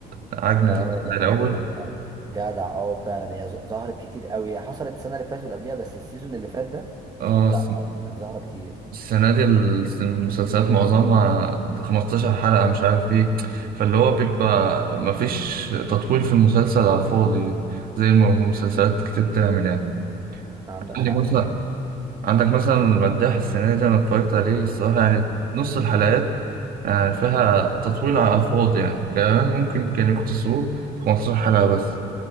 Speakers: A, on the right (about 60°); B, on the right (about 20°).
A: عجن
B: اه
A: زي
B: دي حقيقه
A: الأول
B: فعلا جدع اه فعلا هي ظ- ظهرت كتير قوي هي حصلت السنه اللي فاتت واللي قبليها بس السيزون اللي فات ده
A: اه
B: لا كان ظاهرة كتير
A: السنة دي الس- المسلسلات معظمها 15 حلقة مش عارف ايه فاللي هو بيبقى مفيش تطويل في المسلسل على الفاضي زي ما مسلسلات كتير بتعمل يعني
B: عندك
A: عندك
B: حق
A: مثلا
B: فعلا
A: عندك مثلا المداح السنة دي أنا اتفرجت عليه الصراحة يعني نص الحلقات يعني فيها تطويل على الفاضي يعني كمان ممكن كانوا يختصروه في 15 حلقة بس